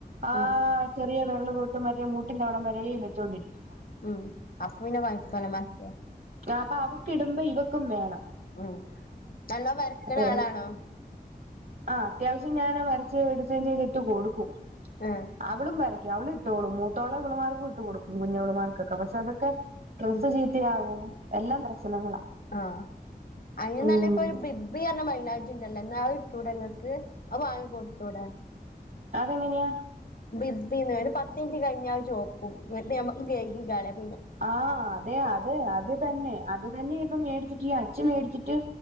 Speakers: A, on the right; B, on the left.
A: ആഹ്
B: ഉം
A: ചെറിലിയ വെരള് തൊട്ട് മറ്റേ മൂട്ടിന്റെ അവിടെവരെയും വെച്ചോണ്ടരിക്കും
B: ഉം അപ്പൊപിന്നെ വയപ്പലന്മാ <unintelligible> രക്ക
A: ആ അപ്പഅവക്ക് ഇടുമ്പോ ഇവക്കും വേണം
B: ഉം നല്ല വരക്ക്ണ
A: അപ്പൊ എല്ല
B: ആളാണോ
A: ആഹ് അത്യാവശ്യം ഞാന് വരച്ച് ഡിസെയിൻ ചെയ്തിട്ട് കൊടുക്കും
B: ഏഹ്.
A: അവളും വരക്കും അവള് ഇട്ടോളും മൂത്തോള് ഇവള്മാർക്കു ഇട്ട്കൊടുക്കും കുഞ്ഞോളുമാർക്കൊക്കെ പക്ഷെ അതൊക്കെ. ഡ്രസ്സ്
B: ഉം
A: ചീത്തയാകും എല്ലാം പ്രശ്നങ്ങളാ.
B: ആഹ് അങ്ങനെ
A: ഉം
B: അല്ലെ ഇപ്പൊരു ബി ഗ്ബി പറഞ്ഞ മൈലാഞ്ചിയുണ്ടല്ലോ ന്നാ ആഹ് ഇട്ടൂടെ ഇങ്ങക്ക് അത് വാങ്ങി കൊടുത്തൂടെ.
A: അത് എങ്ങന്യാ?
B: ബിഗ്ബിന്നോ അയിന്പത്ത് മിനിറ്റ് കഴിഞ്ഞാല് അയ് ചോമക്കും ഇങ്ങട്ട് ഞമ്മക്ക് കെഴുകികളയാം.
A: ആഹ് അതെ അതെ അത് തന്നെ അത് തന്നെ. ഇപ്പം മേടിച്ചിട്ട് ഈ അച്ച് മേടിച്ചിട്ട്